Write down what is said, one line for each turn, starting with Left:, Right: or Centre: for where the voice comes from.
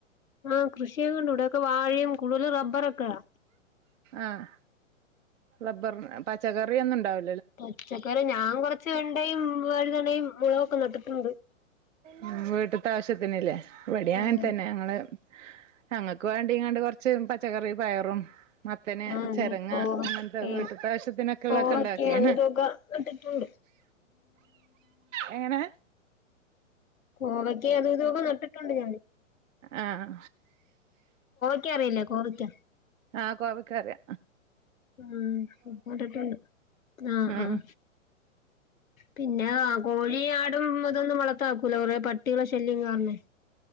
Left: ആഹ് കൃഷിയൊക്കെ ഉണ്ട് ഇവിടെയൊക്കെ വാഴയും കൂടുതൽ റബ്ബറൊക്കെയാ
Right: ആഹ് റബ്ബർ പച്ചക്കറി ഒന്നുംണ്ടാവ
Left: പച്ചക്കറി ഞാൻ കൊറച്ച് വെണ്ടയും വഴുതനയും മുളക് ഒക്കെനട്ടു ഉണ്ട്
Right: ഉ വീട്ടത്തെ ആവശ്യത്തിന്ല്ലേ ഇവിടെ അങ്ങനെ
Left: ആഹ്
Right: തന്നെ ഞങ്ങള് ഞങ്ങക്ക് വേണ്ടിങ്ങാണ്ട് കൊറച്ച് പച്ചക്കറി പയറും മത്തന്
Left: ആഹ്
Right: ചെരങ്ങ
Left: നീ കോവക്കയും
Right: അങ്ങനത്തെ വീട്ടിതെ അവശ്യത്തിനൊക്കെ ഉള്ളൊതെക്കെ
Left: കോവക്കയും
Right: ഉണ്ടാക്കിക്ണു
Left: അതും ഇതൊക്കെ നട്ടിട്ടുണ്ട്
Right: അങ്ങനെ
Left: കോവക്കെ അത ഇതക്കെ നട്ടിട്ടുണ്ട് ഞാൻ
Right: ആഹ
Left: ഇക്ക് അറിയില്ലേ കോവെക്ക
Right: ആഹ കോവക്കറിയ
Left: മ് നട്ടിട്ടുട് ആഹ
Right: ഉം
Left: ആഹ പിന്നെ കോഴി ആടും അതൊന്നും വളർത്താക്കൂല കുറേ പട്ടികളെ ശല്യം കാരണം